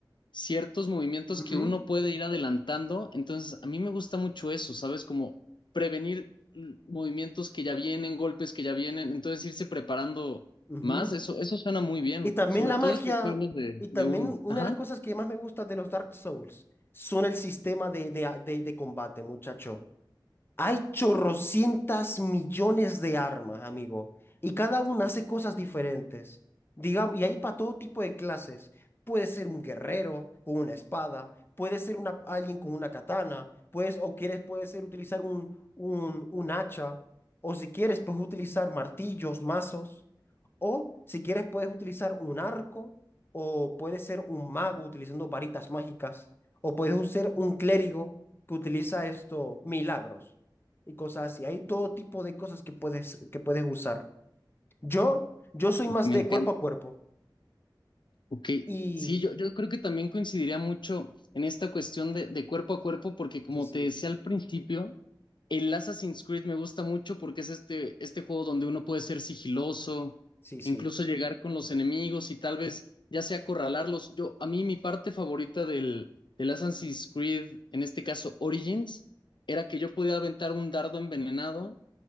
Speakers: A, on the left; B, on the left.
A: ciertos movimientos
B: Ujú,
A: que uno puede ir adelantando. Entonces, a mí me gusta mucho eso, ¿sabes? Como prevenir mm, movimientos que ya vienen, golpes que ya vienen, entonces irse preparando
B: ujú.
A: más, eso, eso suena muy bien,
B: Y también
A: sobre
B: la
A: todo
B: magia,
A: estos juegos de,
B: y también
A: de uno.
B: una
A: Ajá,
B: de las cosas que más me gusta de los Dark Souls son el sistema de, de, de- de combate, muchacho. Hay chorrocientas millones de armas, amigo, y cada una hace cosas diferentes. Digamos, y hay para todo tipo de clases. Puede ser un guerrero con una espada, puede ser una, alguien con una katana, puedes, o quieres, puede ser utilizar un, un, un hacha, o si quieres, puedes utilizar martillos, mazos, o si quieres, puedes utilizar un arco, o puedes ser un mago utilizando varitas mágicas, o puedes ser un clérigo que utiliza esto, milagros y cosas así. Hay todo tipo de cosas que puedes, que puedes usar. Yo, yo soy más
A: me
B: de
A: encanta.
B: cuerpo a cuerpo.
A: Ok,
B: Y
A: sí, yo, yo creo que también coincidiría mucho en esta cuestión de, de cuerpo a cuerpo, porque como
B: sí, sí,
A: te decía al principio, el Assassin's Creed me gusta mucho porque es este, este juego donde uno puede ser sigiloso,
B: sí, sí,
A: incluso llegar con los enemigos y tal vez ya sea acorralarlos. Yo, a mí mi parte favorita del, del Assassin's Creed, en este caso Origins, era que yo podía aventar un dardo envenenado